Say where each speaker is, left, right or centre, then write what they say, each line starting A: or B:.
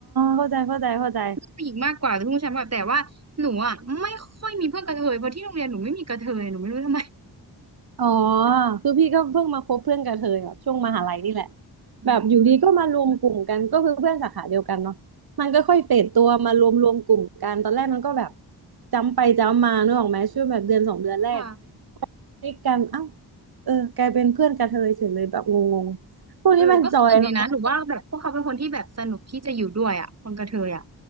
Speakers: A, on the right; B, on the right.
A: เข้าใจเข้าใจเข้าใจ
B: เพื่อนผู้หญิงมากกว่าแต่เพื่อนผู้ชายมากกว่าแต่ว่าหนูอ่ะไม่ค่อยมีเพื่อนกระเทยเพราะที่โรงเรียนหนูไม่มีกระเทยหนูไม่รู้ทำไม <laughs>
A: อ๋อคือพี่ก็เพิ่งมาคบเพื่อนกับเธอแบบช่วงมหาลัยนี่แหละ
B: อืม
A: แบบอยู่ดีก็มารวมกลุ่มกันก็คือเพื่อนสาขาเดียวกันเนาะมันก็ค่อยเฟดตัวมารวมรวมกลุ่มกันตอนแรกมันก็แบบจำไปจำมานึกออกไหมช่วงแบบเดือนสองเดือนแรก
B: ค่ะ
A: คลิกกันเอ้าเออกลายเป็นเพื่อนกับเธอเฉยเลยแบบงงๆพวกนี้มันจอยเนาะ
B: เออก็สนุกดีนะหนูว่าแบบพวกเขาเป็นคนที่แบบสนุกที่จะอยู่ด้วยอ่ะคนกระเทยอ่ะ